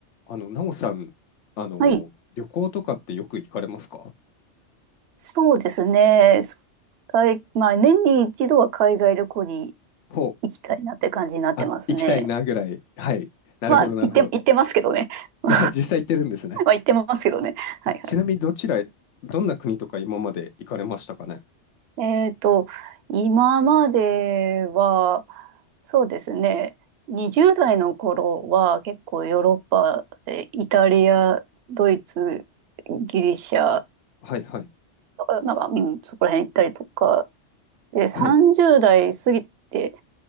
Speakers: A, on the left; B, on the right.
A: あの、なおさん、あの、
B: はい。
A: 旅行とかってよく行かれますか
B: そうですね。はいまあ、年に一度は海外旅行に
A: ほう。
B: 行きたいなって感じになってますね。
A: あ、行きたいなぐらい。はい。なるほど、
B: まあ、
A: なるほど。
B: 行って、行ってますけどね。<laughs>
A: <laughs>
B: ま
A: 実際行ってるんですね。
B: あ、行ってますけどね。はいはい。
A: ちなみにどちら、どんな国とか今まで行かれましたかね
B: えっと、今までは、そうですね。20代の頃は結構ヨーロッパでイタリア、ドイツ、ギリシャ
A: はい、はい。
B: か、なんか、うん、そこら辺行ったりとか、で、30代過ぎて、
A: はい、